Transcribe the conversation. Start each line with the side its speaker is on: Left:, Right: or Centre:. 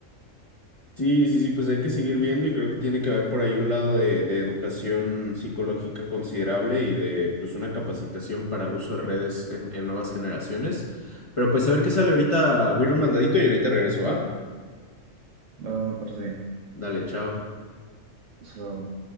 Left: Sí, sí, sí, pues hay que seguir viendo y creo que tiene que haber por ahí un lado de, de educación psicológica considerable y de pues una capacitación para el uso de redes en, en nuevas generaciones. Pero pues a ver qué sale ahorita, voy a ir un mandadito y ahorita regreso,
Right: No,
Left: ¿va?
Right: me parece bien.
Left: Dale, chao.
Right: Eso lo,